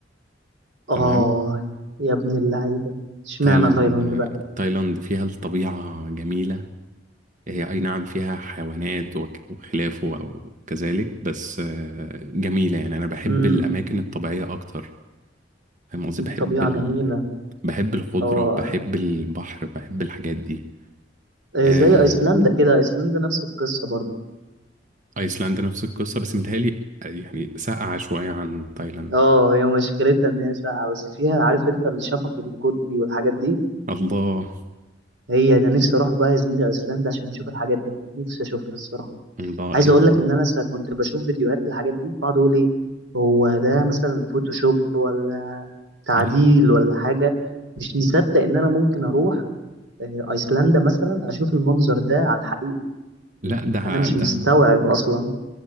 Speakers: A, on the right (about 45°); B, on the right (about 85°).
A: تمام
B: اه يا ابن اللعيبة اشمعنى
A: تايلاند
B: تايلاند
A: آه،
B: بقى
A: تايلاند فيها الطبيعة جميلة هي أي نعم فيها حيوانات وك- وخلافه أو كذلك بس آه، جميلة يعني أنا بحب
B: امم
A: الأماكن الطبيعية أكتر فاهم قصدي
B: الطبيعة
A: بحب ال...
B: جميلة
A: بحب الخضرة
B: اه
A: بحب البحر بحب الحاجات دي
B: إيه
A: آه،
B: زي ايسلندا كده ايسلندا نفس القصة برضه
A: أيسلندا نفس القصة بس متهيألي آه، يعني ساقعة شوية عن تايلاند
B: اه هي مشكلتها ان هي ساقعة بس فيها عارف انت الشفق القطبي والحاجات دي
A: الله
B: هي ده نفسي اروح بقى يا زميلي ايسلندا عشان اشوف الحاجات دي نفسي اشوفها الصراحة
A: الله ال...
B: عايز اقول لك ان انا سا- كنت بشوف فيديوهات للحاجات دي بقعد اقول ايه هو ده مثلا فوتوشوب ولا تعديل
A: لا
B: ولا حاجة مش مصدق ان انا ممكن اروح آه، ايسلندا مثلا اشوف المنظر ده على الحقيقة
A: لا ده
B: انا مش
A: ده
B: مستوعب اصلا